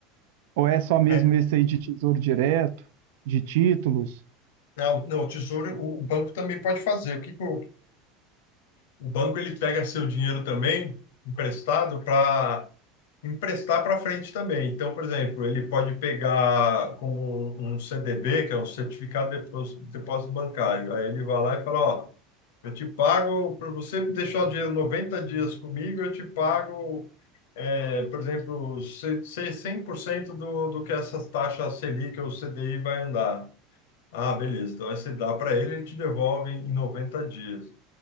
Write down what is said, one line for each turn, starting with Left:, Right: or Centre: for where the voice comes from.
Right: Ou é só mesmo
Left: É,
Right: esse aí de tesouro direto, de títulos?
Left: não, não, o tesouro, o o banco também pode fazer. O que que o, o banco ele pega seu dinheiro também emprestado para emprestar para frente também. Então, por exemplo, ele pode pegar como um CDB, que é um certificado de depósito, depósito bancário. Aí ele vai lá e fala, ó, eu te pago, para você deixar o dinheiro 90 dias comigo, eu te pago, é, por exemplo, se- se- 100% do, do que essas taxas Selic ou CDI vai andar. Ah, beleza. Então, aí você dá para ele, ele te devolve em 90 dias.